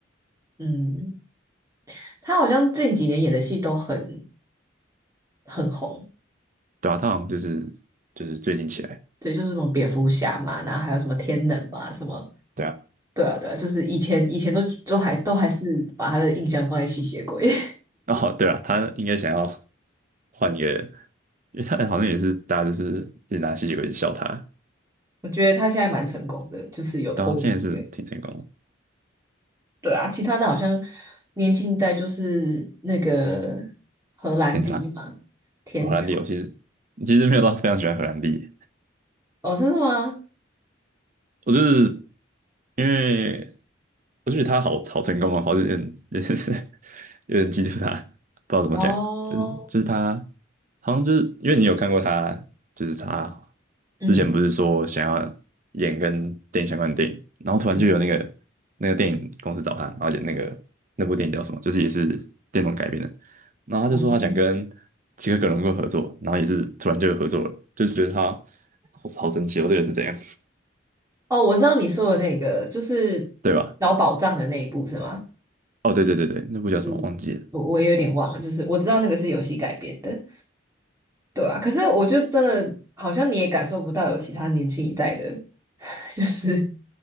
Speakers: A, on the right (about 15°); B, on the right (about 45°).
A: 嗯，他好像近几年演的戏都很很红，
B: 对啊，他好像就是就是最近起来。
A: 对，就是什么蝙蝠侠嘛，然后还有什么天能嘛，什么，
B: 对啊，
A: 对啊对啊，就是以前以前都都还都还是把他的印象放在吸血鬼，
B: 哦，对啊，他应该想要换一个，因为他好像也是大家就是一直拿吸血鬼一直笑他，
A: <laughs> 我觉得他现在蛮成功的，就是有脱离。
B: 但他现在是挺成功的，
A: 对啊，其他的好像年轻一代就是那个荷兰弟嘛，
B: 天才。
A: 天茶。
B: 荷兰弟，我其实其实没有到非常喜欢荷兰弟，
A: 哦，真的吗？
B: 我就是因为我就觉得他好好成功啊，好像有点 <laughs> 有点嫉妒他，不知道怎么讲，
A: 哦，
B: 就是就是他好像就是因为你有看过他，就是他
A: 嗯
B: 之前不是说想要演跟电影相关的电影，然后突然就有那个那个电影公司找他，
A: 嗯，
B: 然后演那个那部电影叫什么，就是也是电动改编的，然后他就说他想跟
A: 哦，
B: 齐克·格伦够合作，然后也是突然就有合作了，就觉得他好好神奇哦，这个人是怎样，
A: 哦，我知道你说的那个，就是
B: 对吧？
A: 找宝藏的那一部是吗？
B: 哦，对对对对，那部叫什么忘记了？
A: 是，我我也有点忘了，就是我知道那个是游戏改编的，对啊。可是我就真的好像你也感受不到有其他年轻一代的，<laughs> 就是